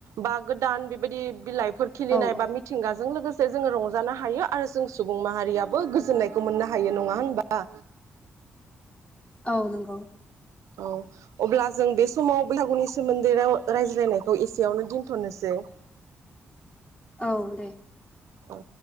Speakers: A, on the right; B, on the left.
A: बा गोदान बेबायदि बिलाइफोर खिलिनाय
B: औ औ
A: बा मिथिंगाजों लोगो से जोङो रंजानो हायो आरो जों सुबुं माहारियाबो गोजोननायखौ मोननो हायो नङा होनबा?
B: औ नंगौ ।
A: औ अब्ला जों बे समाव बैसागुनि सोमोन्दै राव रायज्लायनायखौ एसेयावनो दोनथ'नोसै ।
B: औ दे
A: औ